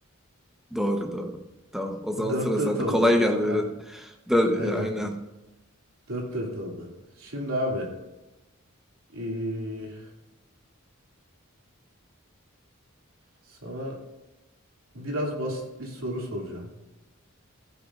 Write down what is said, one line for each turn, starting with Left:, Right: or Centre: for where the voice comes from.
Centre: Doğru doğru. Tamam. O
Right: dört
Centre: zaman sıra
Right: dört
Centre: sende.
Right: olduk.
Centre: Kolay geldi
Right: Ha,
Centre: biraz. Dö-
Right: aynen
Centre: Aynen.
Right: dört dört oldu. Şimdi abi ee, sana Biraz basit bir soru soracağım.